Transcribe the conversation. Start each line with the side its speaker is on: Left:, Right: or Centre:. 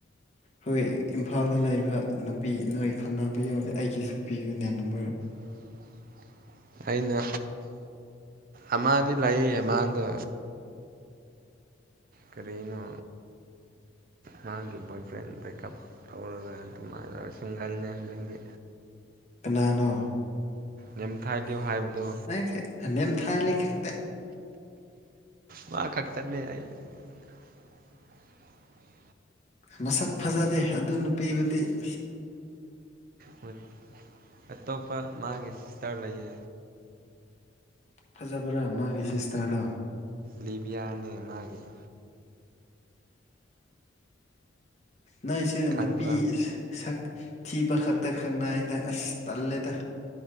Left: ꯍꯣꯏ ꯏꯝꯐꯥꯜꯗ ꯂꯩꯕ ꯅꯨꯄꯤ ꯅꯣꯏ ꯈꯪꯅꯕ ꯌꯥꯎꯔꯦ ꯑꯩꯒꯤꯁꯨ ꯄꯤꯌꯨ ꯅꯦꯟ ꯅꯝꯕꯔ
Right: <unintelligible> ꯑꯩꯅ ꯑꯃꯗꯤꯗꯤ ꯂꯌꯦ ꯑꯃꯗ ꯀꯔꯤꯅ ꯃꯥꯒꯤ ꯕꯣꯏ ꯐ꯭ꯔꯦꯟ ꯕ꯭ꯔꯦꯛꯀꯞ ꯇꯧꯔꯒ ꯑꯗꯨꯃ ꯁꯤꯡꯒꯔꯅꯦ ꯍꯧꯖꯤꯗꯤ
Left: ꯀꯅꯥꯅꯣꯁ
Right: ꯅꯦꯝꯊꯥꯏꯂꯨ ꯍꯥꯏꯕꯗꯣ
Left: ꯅꯪ ꯅꯦꯝ ꯊꯥ ꯇ
Right: ꯃꯥ ꯈꯛꯇꯅꯦ ꯍꯥꯏꯗꯤ <unintelligible>
Left: ꯃꯁꯛ ꯐꯖꯗꯦ ꯑꯗꯨ ꯅꯨꯄꯤꯕꯨꯗꯤ ꯑ
Right: ꯃ ꯀꯇꯣꯄ ꯃꯥꯒꯤ ꯁꯤꯁꯇꯔ ꯂꯩ
Left: ꯐꯖꯕ꯭ꯔꯥ ꯃꯥꯒꯤ ꯁꯤꯁꯇꯔꯗꯣ
Right: ꯂꯤꯕꯤꯌꯥꯅꯦ ꯃꯥꯒꯤꯦ
Left: ꯅꯪꯁꯨ
Right: ꯈꯪꯕ꯭ꯔꯥ
Left: ꯅꯨꯄꯤ ꯁꯛ ꯊꯤꯕ ꯈꯛꯇ ꯈꯪꯅꯥꯏꯗ ꯑꯁ ꯇꯜꯂꯦꯗ